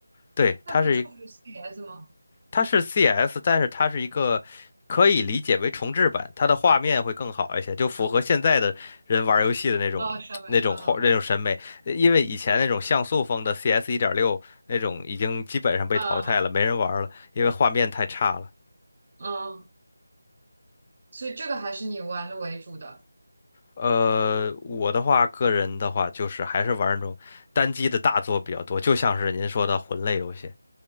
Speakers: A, on the left; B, on the right.
A: 对，
B: 那不就是
A: 它是一
B: CS 吗？
A: 它是 CS，但是它是一个可以理解为重置版，它的画面会更好一些，就符合现在的人玩游戏的那种那种画那种审美。
B: 哦，上面，嗯
A: 呃因为以前那种像素风的 CS 一点六那种已经基本上被淘汰了，
B: 嗯
A: 没人玩了，因为画面太差了。
B: 嗯，所以这个还是你玩的为主的。
A: 呃，我的话，个人的话，就是还是玩那种单机的大作比较多，就像是您说的魂类游戏，